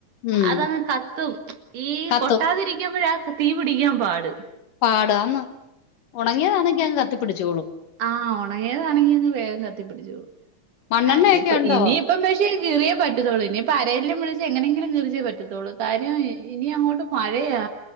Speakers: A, on the left (about 70°); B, on the right (about 60°).
A: ഉം
B: അതങ്ങ് കത്തും ഈ
A: കത്തും
B: പൊട്ടാതിരിക്കുമ്പഴാ തീ പിടിക്കാൻ പാട്
A: പാടാന്ന് ഒണങ്ങിയതാണെങ്കി അങ്ങ് കത്തിപ്പിടിച്ചോളും
B: ആഹ് ഒണങ്ങിയതാണെങ്കി വേഗം കത്തിപ്പിടിച്ചോളും.
A: മണ്ണെണ്ണയൊക്കെ
B: ആഹ് ഇനിയിപ്പം
A: ഉണ്ടോ
B: ഇനിയിപ്പം പക്ഷേ കീറിയേ പറ്റത്തോളൂ. ഇനിയിപ്പ ആരേലും വിളിച്ച് എങ്ങനെങ്കിലും കീറിച്ചെ പറ്റ ത്തുള്ളൂ. കാര്യം ഇനി അങ്ങോട്ട് മഴയാ